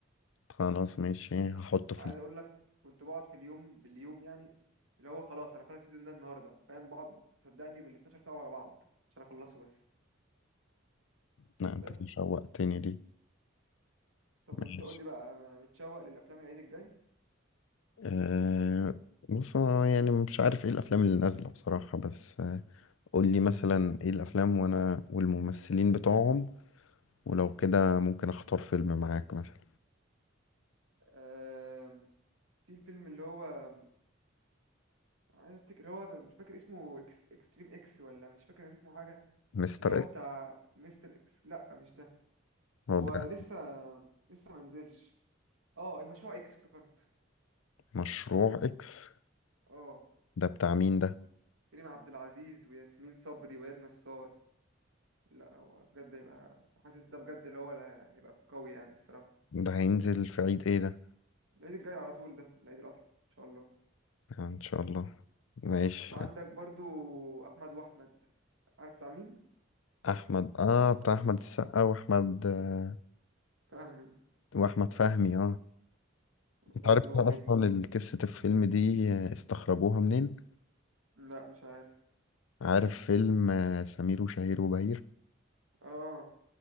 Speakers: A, on the left; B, on the right.
A: خلاص ماشي هحطه
B: ما
A: في
B: عايز
A: ال-
B: اقول لك كنت بقعد في اليوم باليوم يعني اللي هو خلاص انا خلاص السيزون ده النهارده فاهم بقعد صدقني بال 12 ساعه ورا بعض عشان اخلصه بس
A: لا
B: بس
A: انت كده شوقتني ليه
B: طب
A: ماشي
B: انت قول لي بقى متشوق للافلام العيد الجاي
A: أه بص انا يعني مش عارف ايه الافلام اللي نازلة بصراحة بس آه، قول لي مثلا ايه الافلام وانا والممثلين بتوعهم ولو كده ممكن اختار فيلم معاك مثلا
B: أه في الفيلم اللي هو عايز افتكر اللي هو مش فاكر اسمه إكس... اكستريم اكس ولا مش فاكر كان اسمه حاجه
A: مستر
B: اللي هو
A: اكس
B: بتاع مستر اكس لا مش ده
A: هو
B: هو
A: ده
B: لسه لسه ما نزلش اه المشروع اكس افتكرت
A: مشروع اكس
B: اه
A: ده بتاع مين ده
B: كريم عبد العزيز وياسمين صبري واياد نصار لا هو بجد هيبقى حاسس ده بجد اللي هو اللي هيبقى قوي يعني الصراحه
A: ده هينزل في عيد ايه ده
B: العيد الجاي على طول ده العيد الاضحى ان شاء الله
A: آه، ان شاء الله ماشي
B: وعندك برضو احمد واحمد عارف بتاع مين
A: احمد اه بتاع احمد السقا واحمد آه،
B: فاهمي
A: واحمد فهمي اه انت
B: برضو
A: عارف ده اصلا
B: يعني
A: ال- قصة الفيلم دي آه، استخرجوها منين
B: لا مش عارف
A: عارف فيلم آه، سمير وشهير وبهير
B: اه